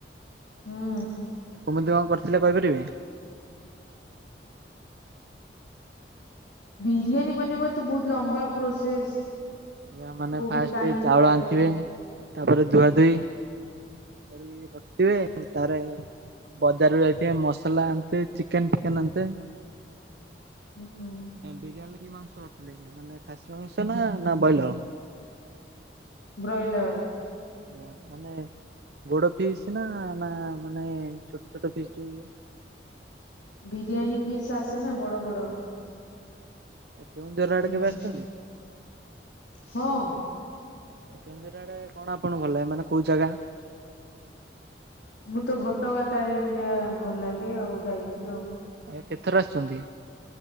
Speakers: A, on the left (about 90°); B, on the right (about 65°).
A: ହଁ।
B: କୁମତି କଣ କରିଥିଲେ କହିପାରିବେ?
A: ବିିରିୟାନୀ ବନେଇବା ତ ବହୁତ ଲମ୍ବାା ପ୍ରୋସେସ।
B: ଆଜ୍ଞା ମାନେ
A: ବହୁତ
B: ଫାଷ୍ଟେ
A: ଟାଇମ
B: ଚାଉଳ
A: ବି ଲାଗେ
B: ଆଣିଥିବେ ତାପରେ ଧୁଆ ଧୁଇ କରି ରଖିଥିବେ। ତାରେ, ବଜାରରୁ ଯାଇଥିବେ ମସଲା ଆନ୍ତେ ଚିକେନ ଫିକେନ ଆନ୍ତେ।
A: ହୁଁ ହୁଁ। <inaudible>
B: ବିରିୟାନୀରେ କି ମାଂସ କରିଥିଲେ ମାନେ ଖାସି ମାଂସ ନା ନା ବଏଲର।
A: ବ୍ରଏଲର।
B: ଆଜ୍ଞା ମାନେ ଗୋଡ ଫିସ୍ ନା ନା ମାନେ ଛୋଟ ଛୋଟ ପିସ୍ ଯୋଉ ଇଏ।
A: ବିରିୟାନୀ ପିସ୍ ଆସେ ନା ବଡ଼ ବଡ଼।
B: କେଉଁଝର
A: ହୁଁ
B: ଆଡ଼େ କେବେ ଆସିଛନ୍ତି?
A: ହଁ
B: କେଉଁଝର ଆଡ଼େ କଣ ଆପଣଙ୍କୁ ଭଲ ଲାଗେ ମାନେ କୋଉ ଜାଗା?
A: ମୁଁ ତ ଘଟଗାଁ ତାରିଣୀ ଯା ଭଲ ଲାଗେ ଆଉ ଯାଇଛି ଆଉ।
B: ଆଜ୍ଞା କେତେଥର ଆସିଛନ୍ତି?